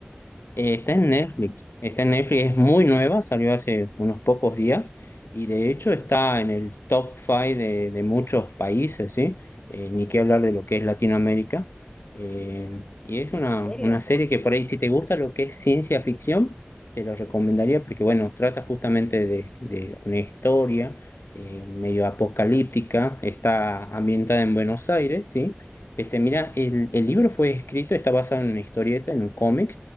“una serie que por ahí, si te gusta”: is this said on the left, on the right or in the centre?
Left